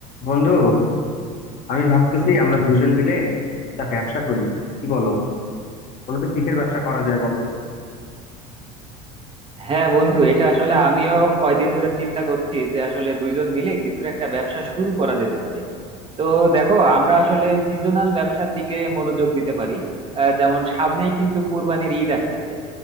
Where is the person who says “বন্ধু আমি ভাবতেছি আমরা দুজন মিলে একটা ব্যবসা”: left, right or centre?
Left